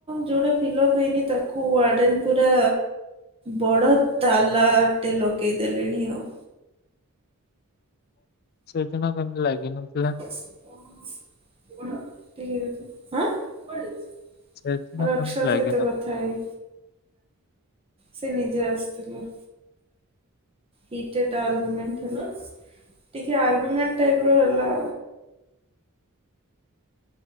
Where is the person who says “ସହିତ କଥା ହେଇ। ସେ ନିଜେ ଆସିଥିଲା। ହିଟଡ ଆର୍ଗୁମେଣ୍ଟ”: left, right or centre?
Right